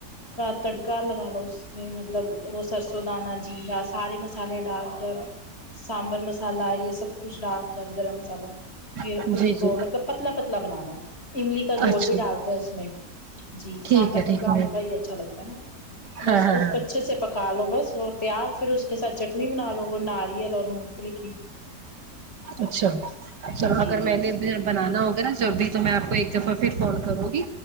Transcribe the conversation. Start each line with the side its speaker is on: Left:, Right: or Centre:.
Left: کا تڑکا لگا لو اس میں مطلب وہ سرسوں دانہ جیرا سارے مسالے ڈال کر سانبر مسالہ یہ سب کچھ ڈال کر گرم مسالہ پھر
Right: ہوں
Left: اس
Right: جی
Left: کو
Right: جی
Left: مطلب پتلا پتلا بنانا ہے املی کا گول
Right: اچھا
Left: بھی ڈالتے ہیں اس میں جی
Right: ٹھیک
Left: سانبر
Right: ہے ٹھیک
Left: پتلا پ
Right: ہے
Left: ہی اچھا لگتا ہے نا بس
Right: ہاں ہاں
Left: اس
Right: ہاں
Left: کو اچھے سے پکا لو بس وہ تیار پھر اس کے ساتھ چٹنی بنا لو وہ ناریل اور مونگ پھلی کی
Right: اچھا چل
Left: جی
Right: اگر میں نے
Left: جی
Right: بنانا ہوگا نا جب بھی تو میں آپ کو ایک دفعہ پھر فون کروں گی